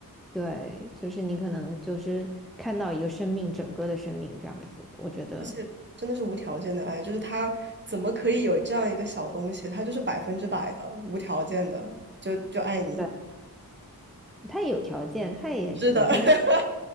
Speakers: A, in the centre; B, on the right.
A: 对，就是你可能就是看到一个生命整个的生命这样子，我觉得
B: 而且真的是无条件的爱，就是他怎么可以有这样一个小东西，他就是百分之百的无条件的，就就爱你，
A: 对，它也有条件，它也整天就出
B: 是的，<laughs>